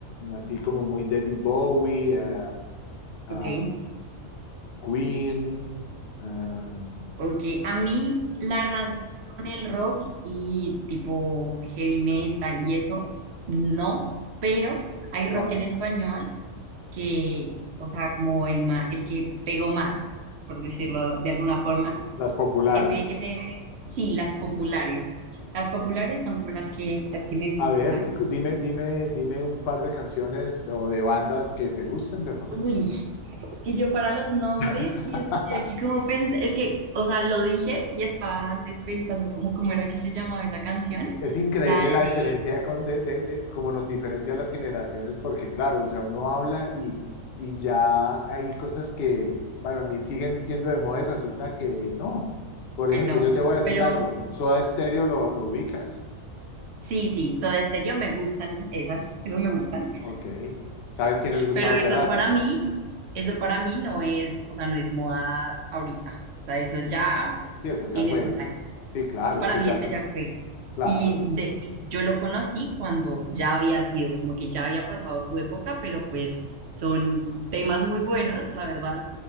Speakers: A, on the left; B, on the right.
A: así como muy David Bowie, eh, ah,
B: ok,
A: Queen, ah,
B: ok. A mí, la verdad, con el rock y tipo heavy metal y eso, no, pero hay
A: no,
B: rock
A: es
B: en
A: claro.
B: español que, o sea, como el, ma- el que pegó más, por decirlo de alguna forma.
A: Las populares.
B: Ese, ese, sí, las populares. Las populares son como las que, las que me gustan.
A: A ver, dime, dime, dime un par de canciones o de bandas que te gusten de rock
B: Uy,
A: en español.
B: es que yo para los nombres
A: <laughs>
B: y estoy aquí como pensando, es que, o sea, lo dije y estaba antes pensando como cómo era que se llamaba esa canción,
A: Es increíble
B: la de,
A: la diferencia de, con- de, de- de- cómo nos diferencia las generaciones, porque claro, o sea, uno habla y, y ya hay cosas que para mí siguen siendo de moda y resulta que no. Por ejemplo,
B: eh, no,
A: yo te voy a decir
B: pero
A: algo, Soda Stereo lo, lo ubicas.
B: sí, sí, Soda Stereo me gustan esas, esas me
A: Ah,
B: gustan.
A: ok. ¿Sabes quién es Gustavo
B: Pero esas
A: Cerati?
B: para mí, eso para mí no es, o sea, no es moda ahorita. O sea, eso ya
A: Sí, eso ya
B: tiene
A: fue.
B: sus años.
A: Sí, claro,
B: Eso para
A: es que
B: mí
A: ya
B: eso
A: fue.
B: ya fue.
A: Claro.
B: Y, de, y yo lo conocí cuando ya había sido, como que ya había pasado su época, pero pues son temas muy buenos, la verdad,